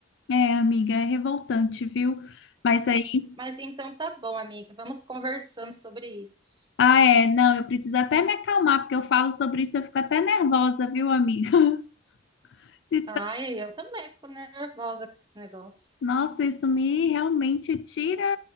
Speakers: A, on the left; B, on the right.
A: É, amiga, é revoltante, viu? Mas aí,
B: Mas então tá bom, amiga. Vamos conversando sobre isso.
A: ah, é, não, eu preciso até me acalmar, porque eu falo sobre isso, eu fico até nervosa, viu, amiga? <laughs> De
B: Ai, eu também fico nervosa com esses negócios.
A: Nossa, isso me realmente tira.